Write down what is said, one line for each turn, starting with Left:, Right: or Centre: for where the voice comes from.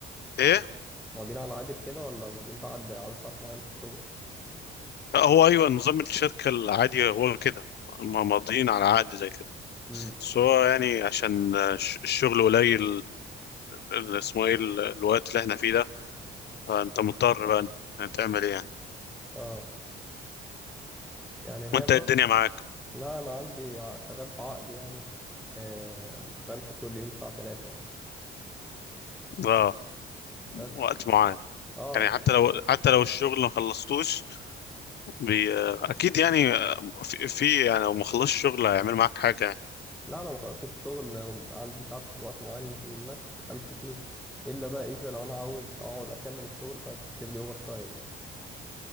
Left: إيه
Centre: ماضيين على قدب كده ولا ماضيين بعد عدد ساعات معين في الشغل
Left: لا هو أيوة نظام الشركة العادي هو كده ما ماضيين على عقد زي كده
Centre: امم
Left: بس هو يعني عشان آه، الش- الشغل قليل ال- اسمه إيه ال- الوقت اللي إحنا فيه ده فانت مضطر بقى هتعمل ايه يعني
Centre: اه يعني
Left: وانت
Centre: هي بر...
Left: إيه الدنيا معاك
Centre: لا انا عندي ع- شغال بعقد يعني آه بمشي كل يوم الساعة 3 يعني
Left: اه
Centre: بس
Left: وقت معين
Centre: اه
Left: يعني حتى لو حتى لو الشغل ما خلصتوش بي... آه، اكيد يعني آه، في, في يعني لو ما خلصش الشغل هيعمل معاك حاجه يعني
Centre: لا انا ما خلصتش الشغل عندي ساعات وقت معين للمشي امشي فيه الا بقى اذا لو انا عاوز اقعد اكمل الشغل فتحسب لي اوفر تايم يعني